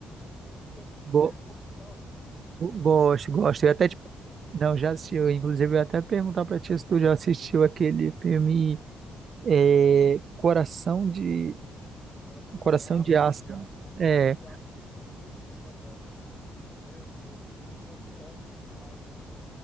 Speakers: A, on the left; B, on the right.
A: Tipo, de tanque de guerra
B: Go-
A: assim e tal?
B: go- gosto,
A: Ou tu nunca
B: gosto.
A: assistiu?
B: Eu até te... Não, já assisti. Eu, inclusive, eu ia até perguntar pra ti se tu já assistiu aquele filme é, Coração de
A: Coração
B: Coração
A: de Aço?
B: de Aço.
A: Mano,
B: É,
A: já assisti. Esse filme é bom, velho. Meu Deus, esse filme é top demais, velho.